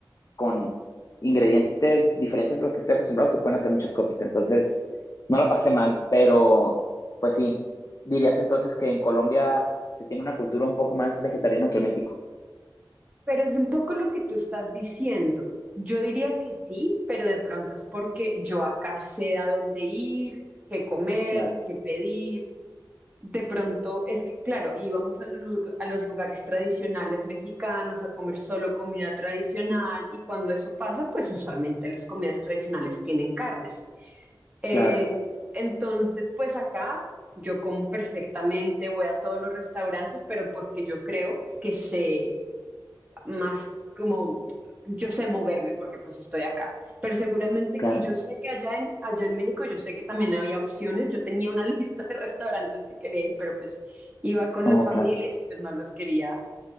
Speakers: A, on the left (about 45°); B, on the right (about 20°).
A: con ingredientes diferentes a los que estoy acostumbrado, se pueden hacer muchas cosas. Entonces, no la pasé mal, pero pues sí, dirías entonces que en Colombia se tiene una cultura un poco más vegetariana que en México.
B: Pero es un poco lo que tú estás diciendo. Yo diría que sí, pero de pronto es porque yo acá sé a dónde ir, qué comer,
A: Claro,
B: qué pedir. De pronto, es que claro, íbamos a los, lu- a los lugares tradicionales mexicanos a comer solo comida tradicional y cuando eso pasa, pues usualmente las comidas tradicionales tienen carne. Eh,
A: claro,
B: entonces, pues acá yo como perfectamente, voy a todos los restaurantes, pero porque yo creo que sé más como yo sé moverme porque pues estoy acá. Pero seguramente,
A: claro.
B: y yo sé que allá en, allá en México, yo sé que también había opciones. Yo tenía una <laughs> lista de restaurantes que quería ir, pero pues iba con
A: Oh,
B: la familia
A: claro.
B: y pues no los quería